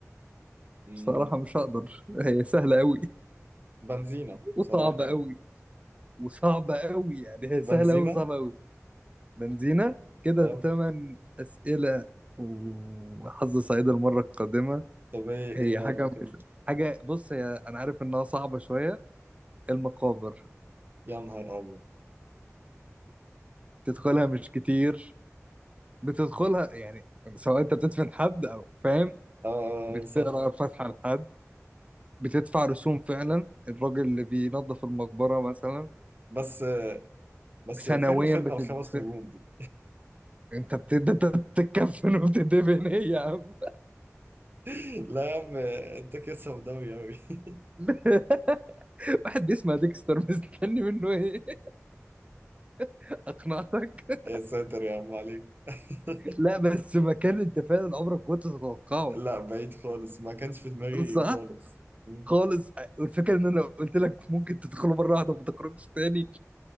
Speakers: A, on the right; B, on the right.
A: مم.
B: بصراحة مش هقدر هي سهلة قوي
A: بنزينة
B: وصعبة
A: بصراحة يعني
B: قوي وصعبة قوي يعني هي
A: بنزينة
B: سهلة قوي وصعبة قوي بنزينة كده
A: اه
B: تمن أسئلة وحظ سعيد المرة القادمة
A: طب ايه ايه
B: هي
A: بقى
B: حاجة
A: المكان؟
B: مش حاجة بص هي أنا عارف إنها صعبة شوية المقابر
A: يا نهار ابيض
B: تدخلها مش كتير بتدخلها يعني سواء أنت بتدفن حد أو فاهم
A: اه آه،
B: بتقرأ
A: آه، صح
B: فاتحة لحد بتدفع رسوم فعلا الراجل اللي بينظف المقبرة مثلا
A: بس بس
B: سنويا
A: فين الخدمة
B: بتدفع
A: الخمس نجوم دي؟
B: انت بتد... انت بتتكفن وبتدفن ايه يا عم
A: <laughs> لا يا عم انت كده سوداوي اوي <laughs>
B: <laughs> واحد بيسمع ديكستر مستني منه ايه <laughs> اقنعتك
A: يا ساتر يا عم عليك <laughs>
B: لا بس مكان انت فعلا عمرك كنت تتوقعه
A: لا بعيد خالص ما كانش في دماغي
B: صح
A: خالص مم.
B: خالص والفكره ان انا قلت لك ممكن تدخله مره واحده ما تخرجش تاني